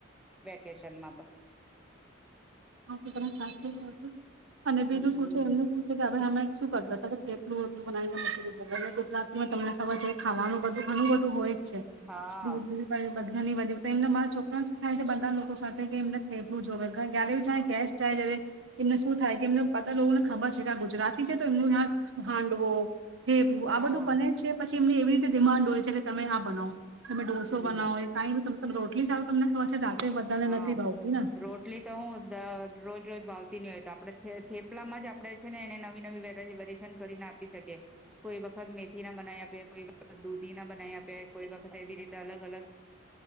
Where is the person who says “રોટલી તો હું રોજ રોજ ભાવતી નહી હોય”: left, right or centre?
Centre